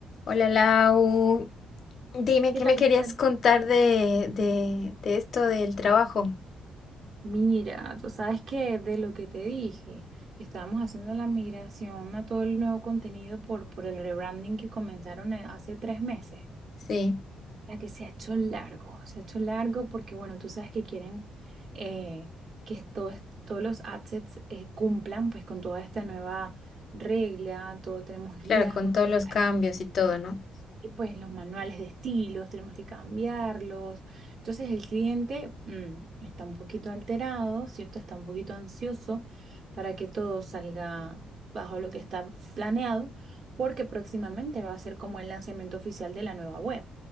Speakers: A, on the left (about 55°); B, on the right (about 55°).
A: Hola Lau, dime
B: ¿Qué
A: qué
B: tal?
A: me querías
B: qué tal?
A: contar de, de, de esto del trabajo.
B: Mira, tú sabes que de lo que te dije, que estábamos haciendo la migración a todo el nuevo contenido por, por el rebranding que comenzaron eh, hace tres meses,
A: Sí,
B: la que se ha hecho largo, se ha hecho largo porque, bueno, tú sabes que quieren eh, que todo est- todos los assets eh, cumplan pues con toda esta nueva regla, todo tenemos guías,
A: claro, con
B: hoteles,
A: todos los cambios y todo, ¿no?
B: y pues los manuales de estilos tenemos que cambiarlos. Entonces el cliente mm, está un poquito alterado, ¿cierto? Está un poquito ansioso para que todo salga bajo lo que está planeado, porque próximamente va a ser como el lanzamiento oficial de la nueva web,